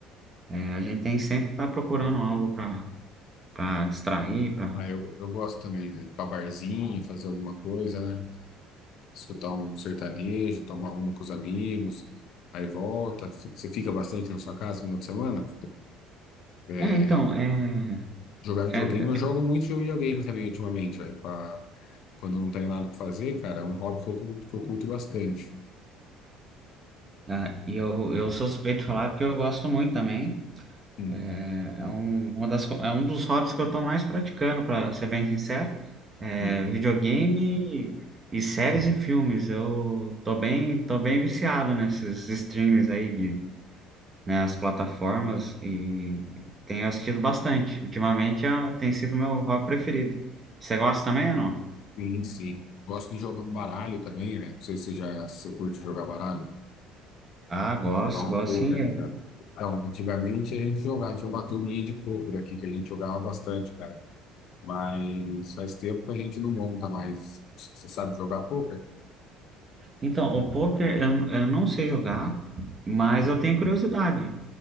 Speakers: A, on the right; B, on the left.
A: é, a gente tem que sempre estar procurando algo para para distrair, para.
B: Ah, eu, eu gosto também, né? Ir Pra barzinho, fazer alguma coisa, né? Escutar um sertanejo, tomar uma com os amigos, aí volta. Você fica bastante na sua casa no final de semana? Tem,
A: É, então, é,
B: Jogar videogame,
A: é, é-
B: eu jogo muito jogo de videogame também ultimamente, velho. pra- Quando eu não tenho nada pra fazer, cara, é um hobby que eu, curto- que eu curto bastante.
A: ah, e eu, eu sou suspeito de falar porque eu gosto muito também.
B: Hum,
A: É é um, uma das, co- é um dos hobbies que eu estou mais praticando, para ser bem sincero. É
B: uhum.
A: videogame e, e séries e filmes. Eu tô bem, tô bem viciado nesses streams aí de, né, as plataformas e tenho assistido bastante. Ultimamente é- tem sido meu hobby preferido. Você gosta também ou não?
B: Sim, sim. Gosto de jogar um baralho também, né? Não sei se você já se você curte jogar baralho.
A: Ah, gosto,
B: Jogar um
A: gosto
B: poker,
A: sim. É.
B: né? cara? Então, antigamente a gente jogava, tinha uma turminha de poker aqui que a gente jogava bastante, cara. Mas faz tempo que a gente não monta mais. Você sabe jogar poker?
A: Então, o poker eu, eu não sei jogar, mas eu tenho curiosidade.